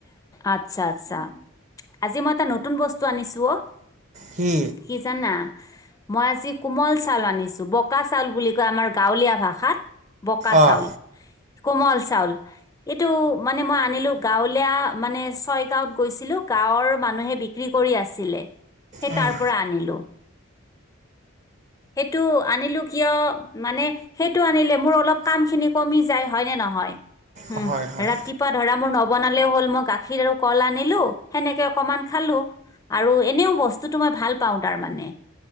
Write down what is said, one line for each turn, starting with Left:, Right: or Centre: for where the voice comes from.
Left: আচ্ছা, আচ্ছা আজি মই এটা নতুন বস্তু আনিছো অ'
Right: সি
Left: কি জানা মই আজি কোমল চাউল আনিছো বকা চাউল বুলি কয় আমাৰ গাঁৱলীয়া ভাষাত। বকা
Right: অঁ
Left: চাউল কোমল চাউল এইটো মানে মই আনিলো। গাঁৱলীয়া মানে ছয় গাঁৱত গৈছিলো। গাঁৱৰ মানুহে বিক্ৰী কৰি আছিলে। সেই
Right: উম
Left: তাৰ পৰা আনিলো। সেইটো আনিলো কিয় মানে সেইটো আনিলে মোৰ অলপ কাম খিনি কমি যায় হয় ন নহয়। উম
Right: অঁ হয় হয়
Left: ৰাতিপুৱা ধৰা মোৰ ন বনালেও হ'ল মই গাখীৰ আৰু কল আনিলো সেনেকে অকমান খালো। আৰু এনেও বস্তুটো মই ভাল পাওঁ তাৰ মানে